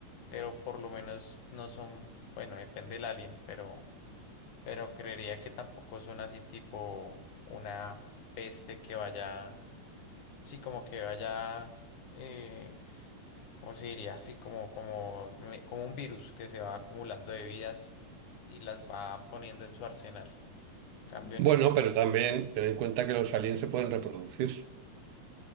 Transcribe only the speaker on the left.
pero por lo menos no son, bueno, depende del alien, pero, pero creería que tampoco son así tipo una peste que vaya, sí, como que vaya, eh, ¿cómo se diría? Así como, como, me- como un virus que se va acumulando de vidas y las va poniendo en su arsenal. Cambio en
es,